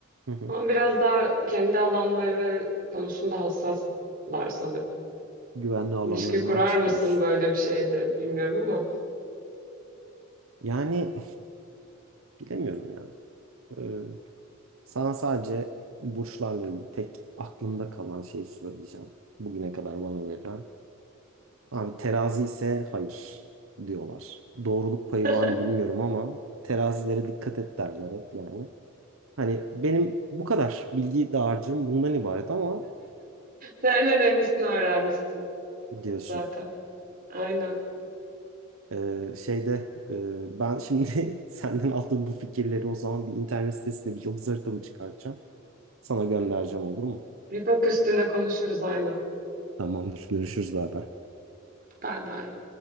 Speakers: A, on the right; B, on the right.
A: Hı hı.
B: Ama biraz daha kendi alanları konusunda hassaslar sanırım.
A: Güvenli alanlarından
B: İlişki kurar
A: çıkmıyorsun.
B: mısın böyle bir şeyde bilmiyorum ama.
A: Yani bilemiyorum ya. Ee, sana sadece burçlarla ilgili tek aklımda kalan şeyi söyleyeceğim. Bugüne kadar bana verilen. Abi terazi ise hayır diyorlar. Doğruluk payı
B: <laughs>
A: var mı bilmiyorum ama terazilere dikkat et derler hep yani. Hani benim bu kadar bilgi dağarcığım bundan ibaret ama
B: Sen en önemlisini öğrenmişsin
A: diyorsun.
B: zaten. Aynen.
A: Ee, şeyde e, ben şimdi <laughs> senden aldığım bu fikirleri o zaman bir internet sitesinde bir yıldız haritamı çıkartacağım. Sana göndereceğim olur mu?
B: Bir bak üstüne konuşuruz aynen.
A: Tamamdır. Görüşürüz beraber.
B: Bay bay.